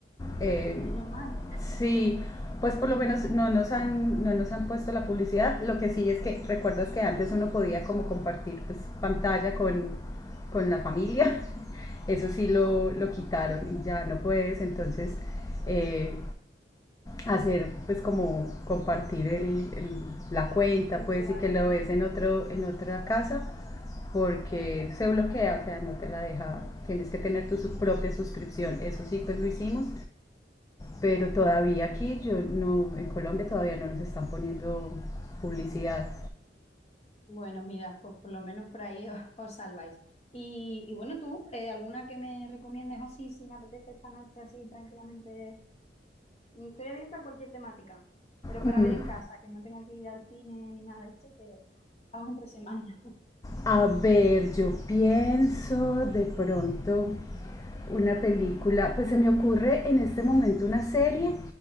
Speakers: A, on the left; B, on the left.
A: Eh,
B: Menos mal
A: sí, pues por lo menos no nos, han, no nos han puesto la publicidad. Lo que sí es que recuerdas que antes uno podía como compartir pues, pantalla con, con la familia. <laughs> Eso sí lo, lo quitaron ya no puedes. Entonces eh, hacer pues como compartir el, el- la cuenta,
B: el usuario,
A: puede decir que lo
B: ¿no?
A: ves en otro en otra casa porque se bloquea, o sea, no te la deja, tienes que tener tu su- propia suscripción. Eso sí, pues lo hicimos, pero todavía aquí yo no en Colombia todavía no nos están poniendo publicidad.
B: Bueno, mira, pues por lo menos por ahí <laughs> os, os salváis. Y, y bueno, tú, eh, ¿alguna que me recomiendes así, si me apetece esta noche así tranquilamente? Mm, Estoy abierta a cualquier temática, pero para
A: Mm,
B: ver en casa, que no tenga que ir al cine ni nada de esto, que estamos entre semanas. <laughs>
A: A ver, yo pienso de pronto una película, pues se me ocurre en este momento una serie